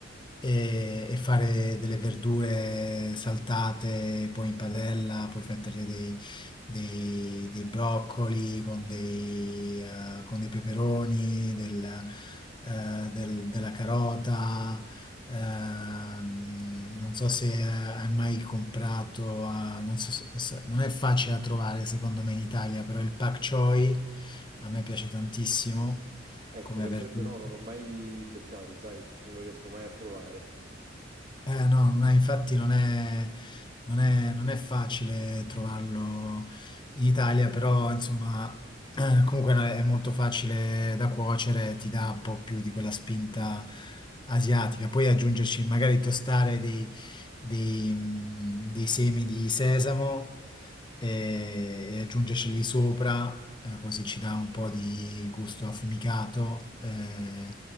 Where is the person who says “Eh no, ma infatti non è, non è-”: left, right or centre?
Left